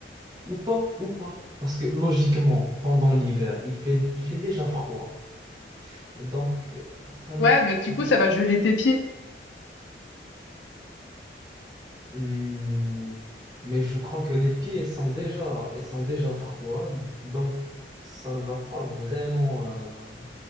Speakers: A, on the right (about 20°); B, on the left (about 85°).
A: Ou pas, ou pas. Parce que logiquement, pendant l'hiver, il fait, il fait déjà froid. Donc, euh, ça ne
B: Ouais,
A: fait...
B: mais du
A: En
B: coup,
A: fait...
B: ça va geler tes pieds.
A: Hmm, Mais je crois que les pieds, elles sont déjà, elles sont déjà froides. Donc, ça ne va pas vraiment euh,